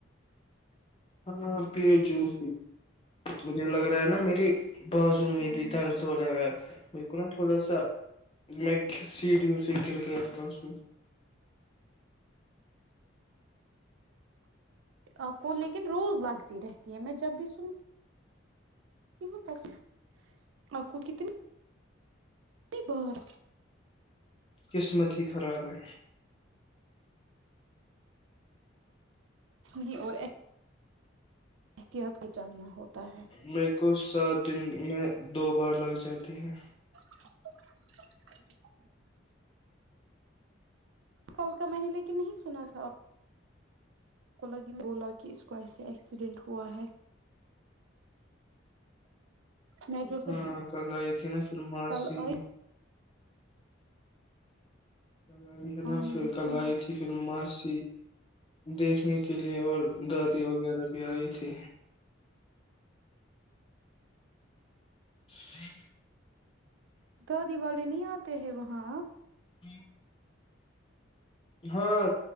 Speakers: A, on the left (about 30°); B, on the right (about 75°).
A: ہاں پ جوس مجھے لگ رہا ہے نا میری بسوں میں
B: گرمی
A: بھی درد ہو رہا ہے م کو نا تھوڑا سا میں سیڈیو س گر گیا پر سوں
B: آپ کو لیکن روز لگتی رہتی ہے میں جب بھی سنتیوں ت آپ کو ک بار
A: قسمت ہی خراب ہے
B: ج اور احتیاط کے چلنا ہوتا ہے
A: میر کو س دن میں دو بار لگ جاتی ہے
B: <inaudible> کل کا میں نے لیکن نہیں سنا تھا اب کو لن بولا کہ اس کو ایسے ایکسیڈینٹ ہوا ہے میں جو پھر
A: ہاں کل آئیت ن م
B: کل
A: سے
B: آئی
A: کل آئی ہے
B: ہاں
A: نا
B: میں
A: پھر
B: نے
A: کل
B: سنا
A: آئی تھی پھر مس جی دیکھنے کے لیئے اور دادی وغیرہ بھی آئی تھی ہ <inaudible>
B: تو دیوالی نہیں آتے ہیں وہاں
A: <inaudible> ہاں